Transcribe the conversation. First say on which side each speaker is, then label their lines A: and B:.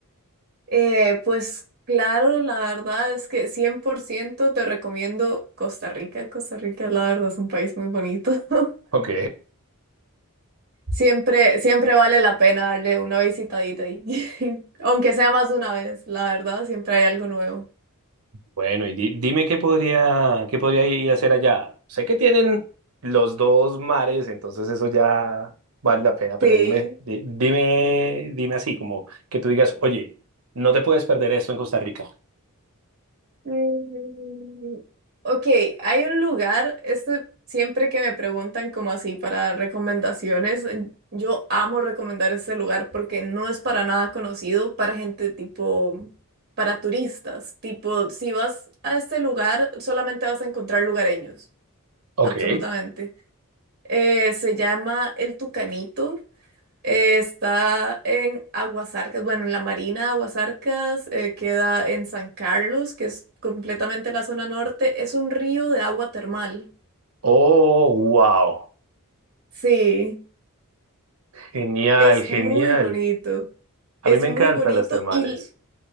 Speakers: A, on the right; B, on the right.
A: Eh, pues claro, la verdad es que 100% te recomiendo Costa Rica. Costa Rica, la verdad, es un país muy bonito. <laughs>
B: Ok.
A: Siempre, siempre vale la pena darle una visitadita ahí. <laughs> Aunque sea más de una vez, la verdad, siempre hay algo nuevo.
B: Bueno, y di- dime qué podría, qué podría ir a hacer allá. Sé que tienen los dos mares, entonces eso ya vale la pena, pero
A: Sí.
B: dime, di- dime, dime así, como que tú digas, oye, no te puedes perder esto en Costa Rica.
A: Mm, ok, hay un lugar, esto siempre que me preguntan como así para recomendaciones, eh, yo amo recomendar este lugar porque no es para nada conocido para gente tipo, para turistas, tipo, si vas a este lugar solamente vas a encontrar lugareños,
B: Ok.
A: absolutamente. Eh, se llama El Tucanito eh, está en Aguasarcas, bueno, en la Marina de Aguasarcas, eh, queda en San Carlos, que es completamente la zona norte. Es un río de agua termal.
B: Oh, wow.
A: Sí,
B: Genial,
A: es
B: genial.
A: muy bonito.
B: A
A: Es
B: mí me
A: muy
B: encantan
A: bonito
B: las termales.
A: y l-